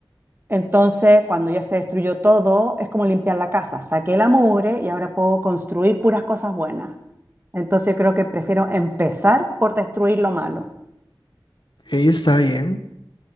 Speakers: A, on the right; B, on the left.
A: Entonces, cuando ya se destruyó todo, es como limpiar la casa. Saqué la mugre y ahora puedo construir puras cosas buenas. Entonces, yo creo que prefiero empezar por destruir lo malo.
B: ahí está bien.